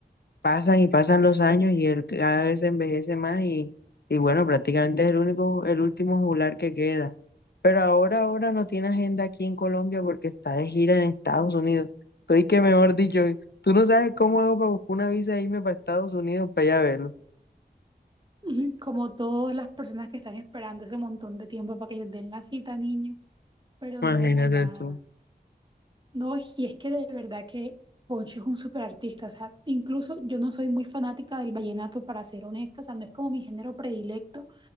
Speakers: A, on the left (about 70°); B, on the right (about 25°).
A: pasan y pasan los años y él cada vez se envejece más y, y bueno, prácticamente es el único, el último juglar que queda. Pero ahora, ahora no tiene agenda aquí en Colombia porque está de gira en Estados Unidos. Estoy que mejor dicho, tú no sabes cómo hago para buscar una visa e irme para Estados Unidos para allá verlo.
B: <laughs> Como todas las personas que están esperando ese montón de tiempo para que les den la cita, niño, pero
A: Imagínate
B: no, nada.
A: tú.
B: No, y es que de verdad que Poncho es un súper artista, o sea, incluso yo no soy muy fanática del vallenato, para ser honesta, o sea, no es como mi género predilecto,